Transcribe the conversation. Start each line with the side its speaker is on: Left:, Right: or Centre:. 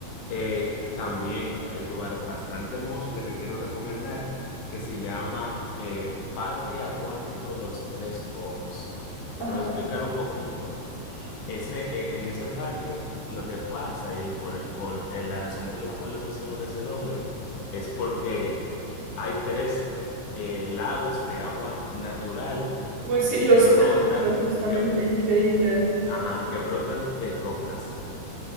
Left: Eh, también hay un lugar bastante hermoso que te quiero recomendar que se llama eh, Parque Acuático Los Tres Ojos. Te
Right: Ajá.
Left: voy a explicar un poquito. Ese, eh, en ese parque, lo que pasa y por, el- por eh, la razón por la cual le pusieron ese nombre es porque hay tres eh, lagos de agua natural
Right: Uy, sí, lo
Left: que
Right: estoy
Left: brotan,
Right: viendo justamente,
Left: que,
Right: increíble.
Left: ajá, que brotan de rocas.